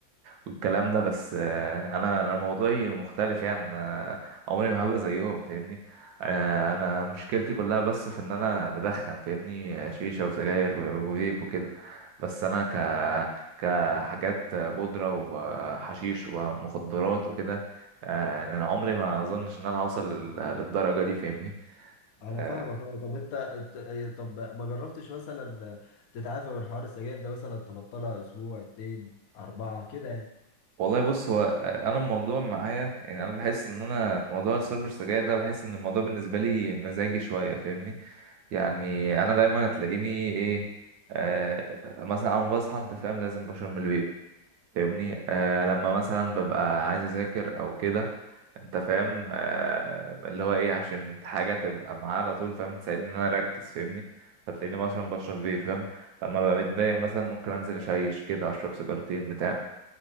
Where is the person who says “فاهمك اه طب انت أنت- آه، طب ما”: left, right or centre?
Left